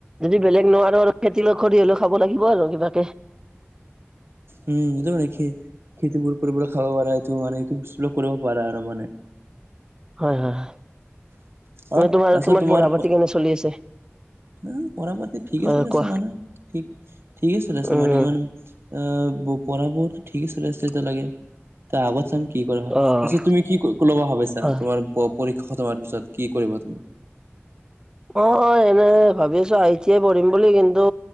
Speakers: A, on the right; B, on the right.
A: যদি বেলেগ নোৱাৰো আৰু খেতি <unintelligible> কৰি হলেও খাব লাগিব আৰু কিবাকে।
B: উম! সেইটো নেকি? <inaudible> খেতিবোৰ কৰিবোৰ খাব পাৰা এইটো মানে এইটো <unintelligible> কৰিব পাৰা আৰু মানে।
A: হয়-হয়-হয়। <inaudible>
B: আৰু
A: এনেই তোমাৰ-তোমাৰ
B: তাৰপিছত তোমাৰ
A: পঢ়া পাতি কেনে চলি আছে? <unintelligible>
B: <unintelligible> পঢ়া পাতি ঠিকে
A: হয়
B: চলি
A: কোৱা
B: আছে মানে <inaudible> ঠিক ঠিকে চলি আছে
A: উম,
B: মানে ইমান আহ পঢ়াবোৰ ঠিকেই চলি আছে এতিয়া লৈকে তাৰ আগৰ চেম কি <unintelligible> কি কৰা হয়।
A: অ',
B: তাৰপাছত তুমি কি ল'বা ভাবিছা,
A: হয়।
B: তোমাৰ পৰীক্ষা খতম হোৱাৰ পিছত কি কৰিবা তুমি? <unintelligible>
A: অঁ-অঁ এনেই ভাবিছো আইটিআই পঢ়িম বুলি কিন্তু